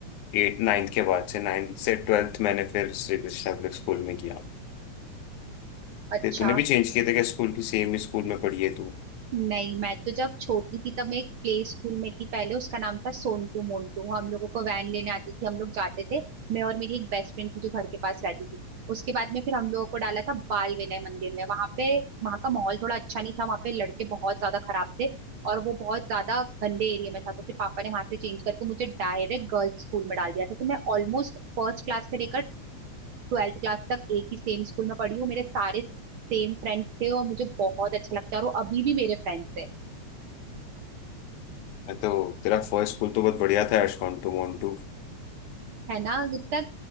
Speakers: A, on the left; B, on the right.
A: एट नाइन्थ के बाद से नाइन्थ से ट्वेल्थ मैंने फिर श्री कृष्ण पब्लिक स्कूल में किया
B: अच्छा
A: ते तूने भी चेंज किए थे क्या स्कूल की सेम ही स्कूल में पढ़ी है तू
B: नहीं मैं तो जब छोटी थी तब मैं एक प्ले स्कूल में थी पहले उसका नाम था सोनटू मोन्टू हम लोगों को वैन लेने आती थी हम लोग जाते थे मैं और मेरी एक बेस्ट फ्रेंड थी जो घर के पास रहती थी उसके बाद में फिर हम लोगों को डाला था बाल विनय मंदिर में वहां पे वहां का माहौल थोड़ा अच्छा नहीं था वहां पे लड़के बहुत ज्यादा खराब थे और वो बहुत ज्यादा गंदे एरिया में था तो फिर पापा ने वहां से चेंज करके मुझे डायरेक्ट गर्ल्स स्कूल में डाल दिया था तो मैं ऑलमोस्ट फर्स्ट क्लास से लेकर ट्वेल्थ क्लास तक एक ही सेम स्कूल में पढ़ी हूँ मेरे सारे सेम फ्रेंड्स थे और मुझे बहुत अच्छा लगता है और वो अभी भी मेरे फ्रेंड्स है
A: मैं तो तेरा फर्स्ट स्कूल तो बहुत बढ़िया था एश कॉन्टू मोन्टू
B: है ना कितना